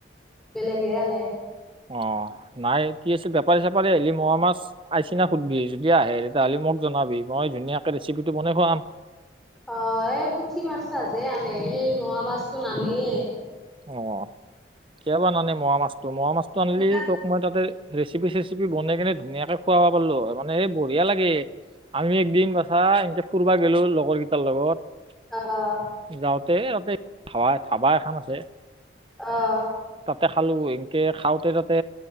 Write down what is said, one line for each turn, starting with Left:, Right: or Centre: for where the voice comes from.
Centre: বেলেগ হে আনে।
Right: অ' নাই কি আছে বেপাৰী চেপাৰী আহিলি মোৰা মাছ আইছিনা সুধবি, যদি আহে তেতিয়াহ'লে মোক জনাবি মই ধুনীয়াকে ৰেচিপিটো বনাই খোৱাম।
Centre: অ' এই পুঠি মাছজে আনে সেই মোৰা মাছতো নানেই।
Right: অ' কিয়াবাৰ নানে মোৰা মাছটো মোৰা মাছটো আনিলি
Centre: দুটা
Right: তোক মই তাতে ৰেচিপি চেচিপি বনাই কেনে ধুনীয়াকে খুৱাব পালো হয় মানে এ বঢ়িয়া লাগে। আমি একদিন বাছা এনকে ফুুৰবা গলো লগৰ কেইটাৰ লগত।
Centre: আহ,
Right: যাওঁতে তাতে ধাবা ধাবা এখন আছে।
Centre: আহ,
Right: তাতে খালো এনকে খাওঁতে তাতে